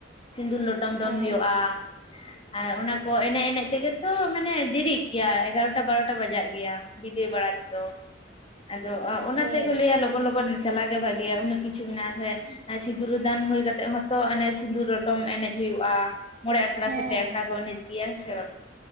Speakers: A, on the left; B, on the right.
A: ᱥᱤᱸᱫᱩᱨ ᱞᱚᱴᱚᱢ ᱫᱚᱱ
B: ᱦᱮᱸ
A: ᱦᱳᱭᱳᱜ-ᱟ ᱟᱨ ᱚᱱᱟ ᱠᱚ ᱮᱱᱮᱡ ᱮᱱᱮᱡ ᱛᱮᱜᱮ ᱛᱚ ᱢᱟᱱᱮ ᱰᱮᱨᱤᱜ ᱜᱮᱭᱟ ᱮᱜᱟᱨᱳᱴᱟ ᱵᱟᱨᱳᱴᱟ ᱵᱟᱡᱟᱜ ᱜᱮᱭᱟ᱾ ᱵᱤᱫᱟᱹᱭ ᱵᱟᱲᱟ ᱛᱮᱫᱚ, ᱟᱫᱚ ᱚᱱᱟ
B: ᱦᱮᱸ
A: ᱛᱮᱠᱚ ᱞᱟ. ᱭᱟ ᱞᱚᱜᱚᱱ ᱞᱚᱜᱚᱱ ᱪᱟᱞᱟᱜ ᱜᱮ ᱵᱷᱟᱜᱮᱭᱟ ᱩᱱᱟᱹᱜ ᱠᱤᱪᱷᱩ ᱢᱮᱱᱟᱜᱼᱟ ᱥᱮ ᱥᱤᱸᱫᱽᱨᱟ. ᱫᱟᱱ ᱦᱳᱭ ᱠᱟᱛᱮᱜ ᱦᱚᱸᱛᱚ ᱚᱱᱮ ᱥᱤᱸᱫᱩᱨ ᱞᱚᱴᱚᱢ ᱮᱱᱮᱡ ᱦᱩᱭᱩᱜᱼᱟ᱾ ᱢᱚᱲᱮ ᱟᱠᱷᱲᱟ
B: ᱦᱮᱸ ᱦᱮᱸ
A: ᱥᱮ ᱯᱮ ᱟᱠᱷᱲᱟ ᱠᱚ ᱮᱱᱮᱡᱽ ᱜᱮᱭᱟ ᱥᱮ ᱵᱟᱝ᱾